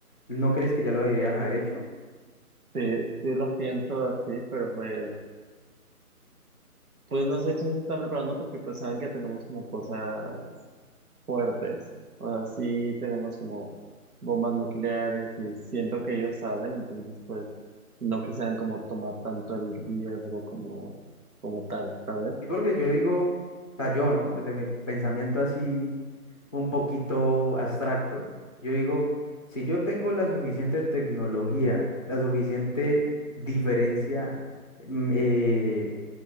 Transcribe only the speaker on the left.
¿no crees que ya lo deberían haber hecho?
Sí, porque yo digo, o sea, yo, ¿no? Desde mi pensamiento así un poquito abstracto, yo digo, si yo tengo la suficiente tecnología, la suficiente diferencia mm, eh,